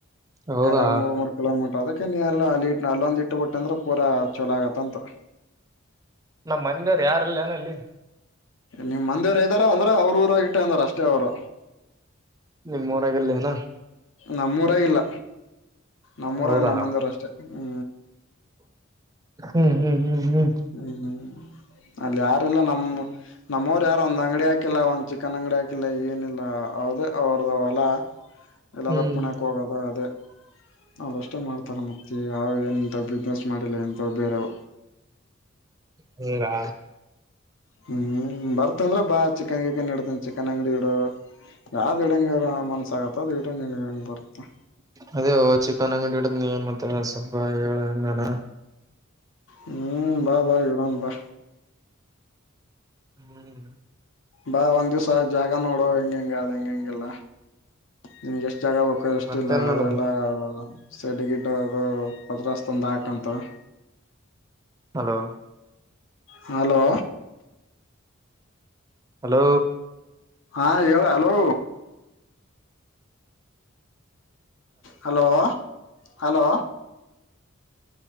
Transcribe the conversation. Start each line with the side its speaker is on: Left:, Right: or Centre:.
Right: ಹೌದಾ
Left: ಎರಡೆರಡು ಮೂರ್ ಮೂರ್ ಕಿಲೋಮೀಟರ್ ಅದಕ್ಕೆ ನೀ ಎಲ್ಲ ಅಲ್ಲಿ ಇ ಅಲ್ಲೊಂದ್ ಇಟ್ಟು ಬಿಟ್ಟ ಅಂದ್ರೆ ಪೂರ ಚಲೋ ಆಗುತ್ತಂತ
Right: ನಮ್ ಮಂದಿಯವರ ಯಾರ ಇಲ್ಲೆನ ಅಲ್ಲಿ
Left: ನಿಮ್ಮ ಮಂದಿವ್ರು ಇದ್ದಾರ ಆದ್ರ ಅವ್ರ ಊರಾಗ <unintelligible> ಅಷ್ಟೇ ಅವ್ರು
Right: ನಿಮ್ಮ ಊರಾಗಿಲ್ಲೇನ
Left: ನಮ್ಮೂರಾಗಿಲ್ಲ ನಮ್ಮೂರಾಗ
Right: ಹೌದಾ
Left: ನಮ್ಮಂದಿಯವರ ಅಷ್ಟೇ ಹು
Right: ಹ್ಮ್ ಹ್ಮ್ ಹ್ಮ್ ಹ್ಮ್
Left: ಹ್ಮ್ ಅಲ್ಲಿ ಯಾರಿಲ್ಲ ನಮ್ ನಮ್ಮವರು ಯಾರು ಒಂದು ಅಂಗಡಿ ಹಾಕಿಲ್ಲ ಒಂದು ಚಿಕನ್ ಅಂಗಡಿ ಹಾಕಿಲ್ಲ ಏನಿಲ್ಲ ಅದ ಅವ್ರದ ಹೊಲ ಎಲ್ಲಾಂದ
Right: ಹ್ಮ್
Left: ಪುಣಾಕ ಹೋಗದ ಅದೆ ಅವರಷ್ಟೇ ಮಾಡ್ತಾರೆ ಮತ್ತ ಯಾವ ಏನಂತ ಬಿಜಿಸೆಸ್ ಮಾಡಿಲ್ಲ ಎಂತ ಬೇರವ
Right: ಹಿಂಗಾ
Left: ಹು ಬರ್ತಂದ್ರ ಬಾ ಚಿಕನ್ ಗಿಕನ್ ಇಡತನ್ ಚಿಕನ್ ಅಂಗಡಿ ಇಡು ಯಾವ್ದ ಇಡಂಗರ ಮನ್ಸಾಗತ್ತ ಅದ ಇಡು ನಿನಗ ಹೆಂಗ ಬರುತ್ತ
Right: ಅದೇ ಓ ಚಿಕನ್ ಅಂಗಡಿ <unintelligible> ಮತ್ತ ಸ್ವಲ್ಪ ಹೇಳ ಹೇಂಗಣ
Left: ಹೂ ಬಾ ಬಾ ಇಡನ ಬಾ
Right: ಹ್ಮ್
Left: ಬಾ ಒಂದ್ ದಿವ್ಸ ಜಾಗ ನೋಡು ಹೆಂಗ ಹೆಂಗ ಅದ ಹೆಂಗೆಂಗಿಲ್ಲ ನಿನ್ಗೆ ಎಷ್ಟ್ ಜಾಗ ಬೇಕು ಕಷ್ಟಿಲ್ಲ
Right: ಮತ್ತೇನ್ ನಡ
Left: ಅದ್ರೆಲ್ಲಾ ಸೆಡ್ ಗಿಡ್ ಅದು ಪತ್ರಾಸ್ ತಂದು ಹಾಕಂತರ
Right: ಹಲೋ
Left: ಹಲೋ
Right: ಹಲೋ
Left: ಹಾ ಹೇಳ hello hello hello